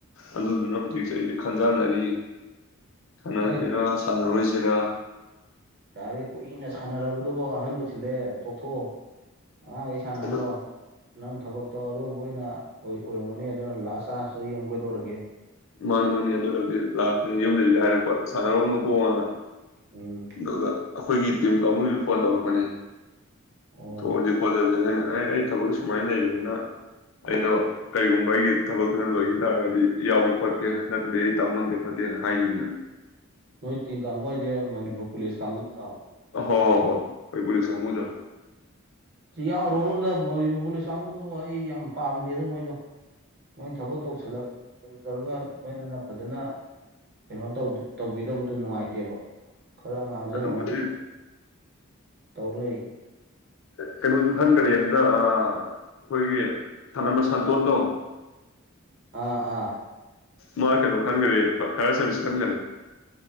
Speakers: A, on the left (about 65°); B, on the right (about 50°).
A: ꯑꯗꯨꯗꯨꯅ ꯍꯧꯖꯤꯛꯁꯦ ꯑꯩꯁ ꯈꯟꯖꯅꯔꯤ ꯁꯅꯁꯤꯔꯥ
B: ꯑꯦ
A: ꯁꯥꯟꯅꯔꯣꯏꯁꯤꯔ
B: ꯌꯥꯔꯦ ꯀꯨꯏꯅ ꯁꯥꯟꯅꯔꯕꯗꯨꯕ ꯑꯍꯟ ꯂꯣꯏꯁꯤꯜꯂꯦ ꯇꯣꯛꯊꯣꯛꯑꯣ ꯑ ꯑꯩ ꯁꯥꯅꯍꯜꯂꯣ
A: ꯑꯗꯨ
B: ꯅꯪ ꯊꯕꯛꯇꯣ ꯑꯔꯣꯏꯕ ꯑꯣꯏꯅ ꯑꯣꯏ ꯑꯣꯏꯔꯝꯒꯅꯤ ꯑꯗꯨꯅ ꯂꯥꯁ ꯆꯥꯟꯁꯇꯣ ꯌꯦꯡꯒꯗꯧꯔꯒꯦ
A: ꯃꯅꯤ ꯃꯅꯤ ꯑꯗꯨꯂꯗꯤ ꯂꯥꯛꯇꯅꯤ ꯌꯨꯝꯗꯩꯗ ꯍꯥꯏꯔꯛꯄ ꯁꯥꯟꯅꯔꯣꯅꯨꯀꯣꯉꯪꯅ
B: ꯎꯝ
A: ꯑꯗꯨꯒ ꯑꯩꯈꯣꯏꯒꯤ ꯇꯤꯝ ꯀꯥꯡꯒꯨꯁꯨ ꯐꯣꯟ ꯇꯧꯔꯛꯄꯅꯤ
B: ꯑꯣ
A: ꯊ‌ꯣꯛꯑꯖꯤ ꯈ‌ꯣꯠꯂꯁꯤꯅ ꯑꯩꯅ ꯑꯩ ꯊꯕꯛ ꯁꯨꯃꯥꯏꯅ ꯂꯩꯕꯅꯤꯅ ꯑꯩꯗꯣ ꯀꯔꯤꯒꯨꯝꯕ ꯑꯩꯒꯤ ꯊꯕꯛꯇꯨꯅ ꯂꯣꯏꯈꯤ ꯇꯥꯔꯒꯗꯤ ꯌꯥꯎꯌꯤ ꯈꯣꯠꯀꯦ ꯅꯠꯇ꯭ꯔꯗꯤ ꯑꯩ ꯇꯥꯎ ꯉꯂꯝꯗꯦ ꯈꯣꯠꯇꯦꯅ ꯍꯥꯏꯈꯤꯕꯅꯦꯕ
B: ꯅꯣꯏ ꯇꯤꯡ ꯀꯥꯡꯕꯨ ꯍꯥꯏꯁꯦ ꯃꯅꯤꯄꯨꯔ ꯄꯨꯂꯤꯁ ꯀꯥꯡꯕꯨꯗꯨꯔ‌ꯣ
A: ꯍ‌ꯣ ꯍ‌ꯣ ꯍꯣꯏ ꯑꯩꯈ‌ꯣꯏ ꯄꯨꯂꯤꯁ ꯀꯥꯡꯒꯨꯗ‌ꯣ
B: ꯌꯥꯎꯔꯨꯔꯗ ꯃꯅꯤꯄꯨꯔ ꯄꯨꯂꯤꯁ ꯀꯥꯡꯕꯨꯗꯣ ꯑꯩ ꯌꯥꯝ ꯄꯥꯝꯗꯦꯗ ꯃꯣꯏꯗꯣ ꯃꯣꯏꯅ ꯊꯕꯛ ꯇꯧꯁꯤꯜꯂꯛ <unintelligible> ꯃꯣꯏꯗꯨꯅ ꯐꯖꯅ ꯀꯩꯅꯣ ꯇꯧꯕꯤꯗꯕꯗꯨ ꯅꯨꯡꯉꯥꯏꯇꯦꯕ ꯈꯔ ꯉꯥꯡꯖꯅꯔꯒ
A: ꯑꯗꯨꯕꯨꯗꯤ
B: ꯇꯧ ꯂꯩ
A: ꯀꯩꯅꯣꯁꯨ ꯈꯟꯈꯔꯦ ꯍꯟꯗꯛ ꯑꯩꯈꯣꯏꯒꯤ ꯊꯥꯟꯅꯕ ꯁꯥꯟꯇꯣꯟꯇꯣ
B: ꯑꯥ ꯑꯥ
A: ꯃꯥ ꯀꯩꯅꯣ ꯈꯟꯒꯔ‌ꯦ ꯐꯥꯏꯌꯔ ꯁꯥꯔꯕꯤꯁ ꯈꯟꯒꯔ‌ꯦ